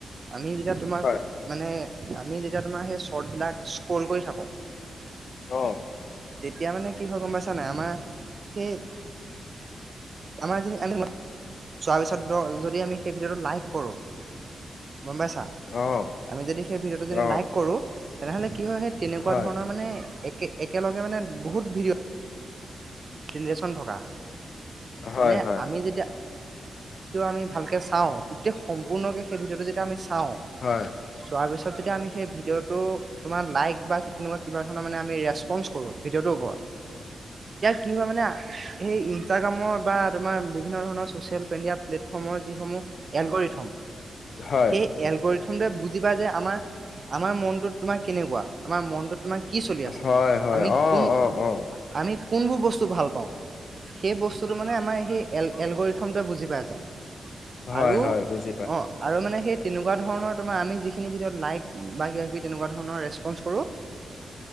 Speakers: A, on the right (about 40°); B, on the left (about 60°).
A: আমি যেতিয়া তোমাক,
B: হয়
A: মানে আমি যেতিয়া তোমাৰ, সেই শৰ্ট বিলাক স্ক্ৰল কৰি থাকো
B: অ
A: তেতিয়া মানে কি হয় গম পাইছানে, আমাৰ সেই আমাৰ যে, আমি চোৱাৰ পিছত, যদি আমি সেই ভিডিঅ'টো লাইক কৰোঁ গম্পাইছা।
B: অ
A: আমি যদি সেই ভিডিঅ'টো যদি
B: অ
A: লাইক কৰো, তেনেহলে কি হয়, সেই তেনেকুৱা
B: হয়
A: ধৰণৰ মানে এক একেলগ মানে বহুত ভিডিঅ' <unintelligible> থকা
B: হয়
A: মানে,
B: হয়
A: আমি যেতিয়া আমি ভালকে চাওঁ, গোটেই সম্পূৰ্ণকে, সেই ভিডিওটো যেতিয়া আমি চাওঁ
B: হয়
A: চোৱাৰ পিছত, যদি আমি সেই ভিডিঅ'টো তোমাৰ লাইক বা তেনো কিবা ধৰণৰ মানে আমি ৰেচপন্ কৰো, ভি ভিডিওটো ওপৰত, কি হয় মানে ইনষ্টগ্ৰম্ৰৰ তাৰ বিভিন্ন ধৰণৰ ছ'চিয়েল মেডিয়া প্লেটফৰ্মৰ, যিসমূহ যি এলগৰিথম
B: হয়
A: সেই এলগৰিথম,
B: হয়
A: বুজি পায়, যে আমাৰ আমাৰ মনটোত তোমাৰ কেনেকুৱা, আমাৰ মনটোত তোমাৰ কি চলি আছে,
B: হয় হয়
A: আমি
B: অ
A: কোন
B: অ অ
A: আমি কোনবোৰ বস্তু ভাল পাও, সেই বস্তুটো মানে, আমাৰ শেই এলগৰিথমটো বুজি পোৱা যায়
B: হয়,
A: আৰু
B: হয়, বুজি
A: অ, আৰু মানে সেই তেনেকুৱা ধৰণৰ, তমাৰ আমি যিখিনি ভিডিঅত লাইক বা কিবা কিবি, তেনেকুৱা ধৰণৰ ৰেচপঞ্চ ককৰো